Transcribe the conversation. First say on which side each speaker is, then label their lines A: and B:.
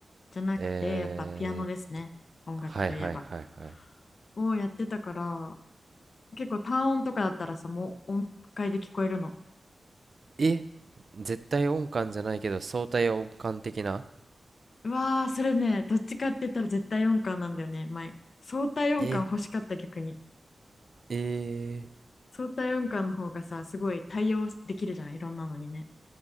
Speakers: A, on the left; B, on the right.
A: じゃなくてやっぱピアノですね音楽といえば
B: えー、はいはいはいはい。
A: をやってたから結構単音とかだったらさもう音階で聞こえるの
B: え絶対音感じゃないけど相対音感的な
A: うわーそれねどっちかって言ったら絶対音感なんだよね前相対音感欲しかった逆に
B: ええ
A: 相対音感の方がさすごい対応できるじゃんいろんなのにね